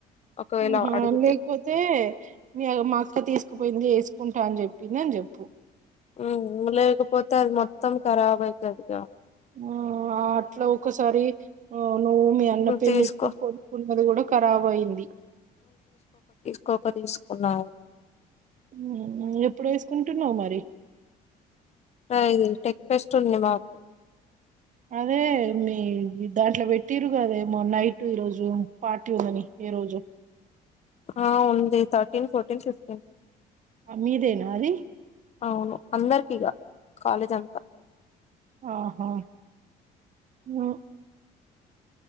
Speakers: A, on the left; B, on the right.
A: ఒకవేళ
B: ఆహా
A: అడిగితే
B: లేకపోతే మీ మాక్క తీసుకుపోయింది ఎస్ కుంటా అని చెప్పింది అని చెప్పు
A: ఉ లేకపోతే అది మొత్తం ఖరాబ్ అయితదిగా
B: ఆ అట్లా ఒకసారి నువ్వు మీ అన్న పెళ్లికి
A: తీసుకో
B: కొనుకున్నది కూడా ఖరాబ్ అయింది
A: కోప తీసుకున్నా
B: ఉ నువ్వు ఎప్పుడు వేసుకుంటున్నావ్ మరి
A: అ ఇది టెక్ ఫెస్ట్ ఉంది మాకు
B: అదే మీ దాంట్లో పెట్టిరు కదేమో నైట్ ఈరోజు పార్టీ ఉందని ఏ రోజు
A: ఆ ఉంది థర్టీన్ ఫోర్టీన్ ఫిఫ్టీన్
B: మీదేనా ఆది
A: అవును అందరికిగా కాలేజ్ అంతా
B: ఆహా ఉ